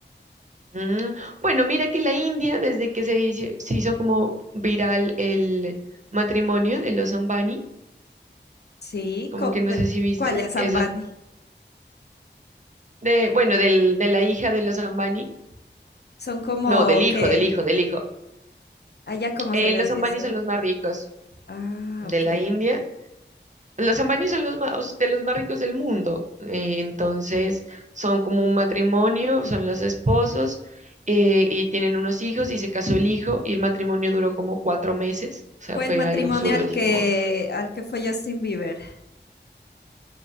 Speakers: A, on the right (about 40°); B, on the left (about 60°).
A: Mm, bueno, mira que la India, desde que se hizo, se hizo como viral el matrimonio de los Ambani,
B: Sí,
A: como
B: co-
A: que no
B: de-
A: sé si viste
B: ¿cuáles,
A: eso,
B: Ambani?
A: de, bueno, del, de la hija de los Ambani,
B: Son como
A: No, del hijo,
B: que
A: del hijo, del hijo.
B: Allá como
A: Eh,
B: se les
A: los ambanis
B: dice.
A: son los más ricos
B: Ah,
A: de
B: ok.
A: la India. Los ambanis son los más, de los más ricos del mundo. Eh, entonces, son como un matrimonio, son los esposos eh, y tienen unos hijos y se casó el hijo y el matrimonio duró como cuatro meses. O sea,
B: Fue
A: fue
B: el matrimonio
A: algo absurdo,
B: al
A: así
B: que,
A: como,
B: al que fue Justin Bieber.